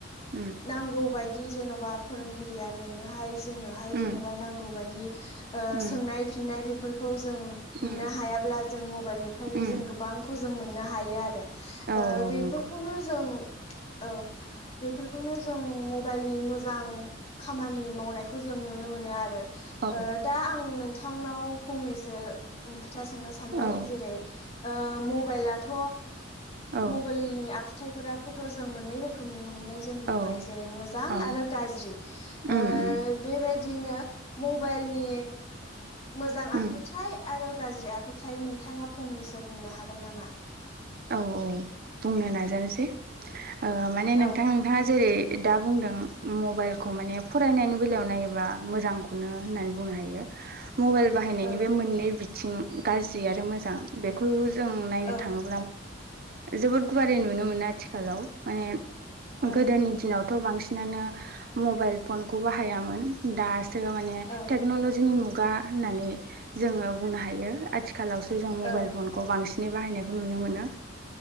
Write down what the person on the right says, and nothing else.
उम
उम
उम
उम
उम
औ औ नंगौ
औ
औ
औ
औ
अ
उम उम
उम
औ औ बुंनो नाजानोसै माने नोंथां
नोंथाङा जेरै दा बुंदों मबाइलखौ माने फरायनायनि बेलायाव नायोबा मोजांखौनो होननानै बुंनो हायो। <inaudible> मबाइल बाहायनायनि
बे मोननै बिथिं गाज्रि आरो मोजां बेखौ जों नायनो
थाङोब्ला जबो गुवारै नुनो मोन आथिखालाव मानदोनि
दिनाव थ' बांसिनानो मबाइल फनखौ बाहायामोन दा माने
टेक्नलजिनि मुगा होननानै जोङो बुंनो हायो आथिखालावसो जों मबाइल
फनखौ बांसिनै बाहायनायखौ नुनो मोनो